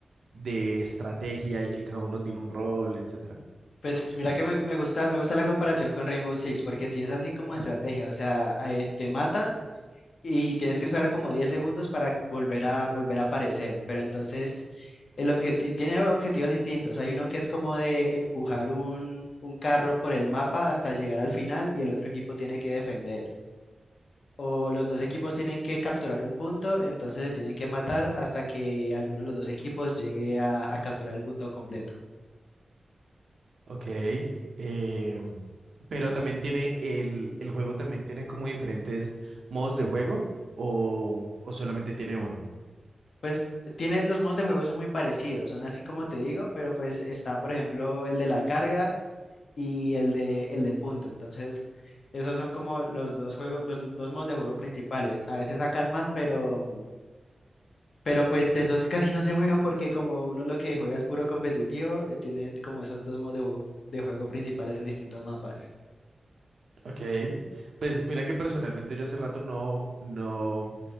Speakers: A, on the right; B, on the left.
A: de estrategia y que cada uno tiene un rol, etcétera.
B: Pues mira que me, me gusta, me gusta la comparación con Rainbow Six, porque si es así como estrategia, o sea, eh, te matan y tienes que esperar como 10 segundos para volver a, volver a aparecer, pero entonces el objetivo, tiene objetivos distintos. Hay uno que es como de empujar un, un carro por el mapa hasta llegar al final y el otro equipo tiene que defender. o los dos equipos tienen que capturar un punto, entonces se tienen que matar hasta que alguno de los dos equipos llegue a, a capturar el punto completo.
A: Ok, eh, pero también tiene, el, el juego también tiene como diferentes modos de juego, o, o solamente tiene uno.
B: Pues tiene, los modos de juego son muy parecidos, son así como te digo, pero pues está, por ejemplo, el de la carga y el de, el del punto. Entonces, esos son como los dos juegos, los dos modos de juego principales. A veces sacan más, pero, pero pues esos casi no se juegan porque como uno lo que juega es puro competitivo, eh, tiene como esos dos modos de juego, de juego principales en distintos mapas.
A: Ok, pues mira que personalmente yo hace rato no, no,